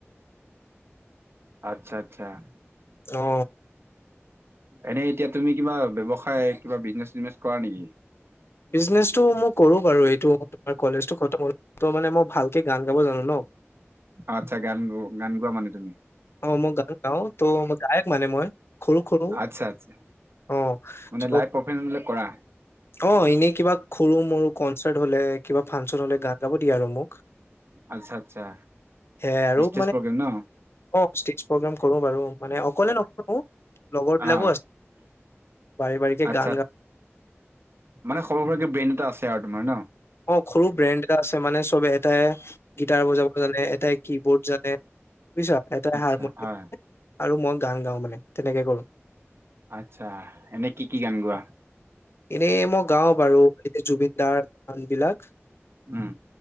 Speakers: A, on the right; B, on the left.
A: আতছা আতছা। <unintelligible>
B: অ
A: এনেই এতিয়া তুমি কিবা ব্যৱসায় কিবা বিজনেচ চিজনেচ কৰা নেকি।
B: বিজনেছটো মই কৰোঁ বাৰু এইটো। কলেজটো খতমহল ত মানে মই ভালকে গান গাব জানো ন। <unintelligible>
A: আচ্ছা গান গো গান গোৱা মানে তুমি।
B: অ মই গান গাওঁ ত গায়ক মনে মই। খৰু খৰু
A: আচ্ছা আচ্ছা
B: অ
A: মানে
B: চ'।
A: লাইভ পাৰফমেঞ্চ বিলাক কৰা
B: অ এনেই কিবা সৰু মৰু কনচাৰ্ট হলে কিবা ফাংচন হলে গান গাব দিয়া আৰু মোক।
A: আচ্ছা আচ্ছা
B: সে আৰু
A: ষ্টেজ
B: মানে
A: প্ৰগ্ৰেম ন
B: অ ষ্ট্ৰেট প্ৰগেম কৰো বাৰু মানে অকলে নকৰো লগৰ বিলাকো
A: অ
B: আছ। বাৰে বাৰে কে
A: আচ্ছা
B: গান গা
A: মানে সৰু সুৰাকে ব্ৰেইন এটা আছে আৰু তোমাৰ ন।
B: অ সৰু ব্ৰেণ্ড এটা আছে মানে চবে এটাই গিটাৰ বজাব জানে, এটাই কি বৰ্ড জানে, বুজিছা এটাই
A: আচ্ছা
B: হাৰমনিয়াম
A: হয়
B: আৰু মই গান গাওঁ মানে তেনেকে কৰো।
A: আচ্ছা এনে কি কি গান গোৱা?
B: এনে মই গাওঁ বাৰু এনে জুবিন দাৰ গান বিলাক।
A: উম।